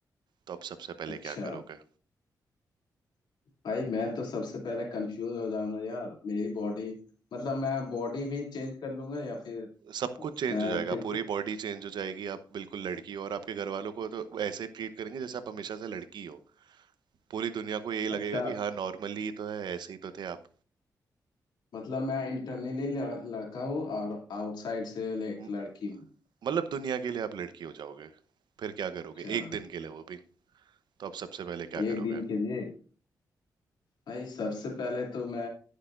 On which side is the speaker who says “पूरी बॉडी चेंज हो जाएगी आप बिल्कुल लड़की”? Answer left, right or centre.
Right